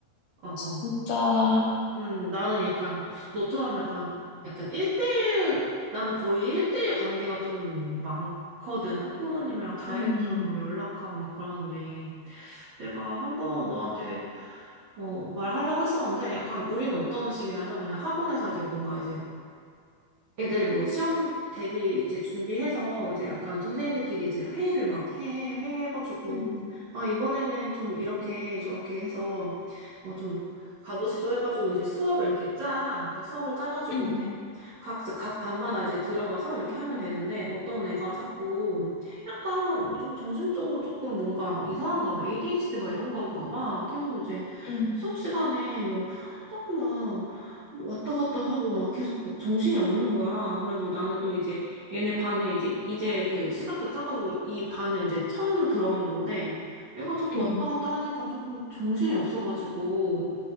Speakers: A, on the right (about 85°); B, on the left (about 85°).
A: 어어.
B: 진짜.
A: 음, 나는 약간, 너처럼 약간, 약간 1대1, 나는 거의 1대1 관계가 좀 많거든. 학부모님이랑 다이렉트로
B: 음,
A: 막 연락하고 막 그러는데, 내가 한번 너한테, 어, 말하려고 했었는데, 약간 우리는 어떤 식이냐면, 그냥 학원에서 이게 뭔가 이제 애들 뭐 시험 대비 이제 준비해서 이제 약간 선생님들끼리 이제 회의를 막 해, 회의해가지고,
B: 음,
A: 아, 이번에는 좀 이렇게 저렇게 해서 뭐 좀 가보시죠 해가지고 이제 수업을 이렇게 짜. 그러니까 수업을 짜가지고
B: 음,
A: 이제 각, 각 반마다 이제 들어가서 이렇게 하면 되는데 어떤 애가 자꾸 약간 좀 정신적으로 조금 뭔가 이상한가 봐. ADHD 막 이런 건가 봐. 계속 이제
B: 음,
A: 수업 시간에 뭐 자꾸 막 뭐 왔다 갔다 하고 막 계속 막 정신이 없는 거야. 그래가지고 나는 또 이제 얘네 반을 이제 이제 그 시간표 짜가지고 이 반을 이제 처음 들어간 건데 애가 자꾸
B: 음.
A: 왔다 갔다 하니까 조금 정신이 없어가지고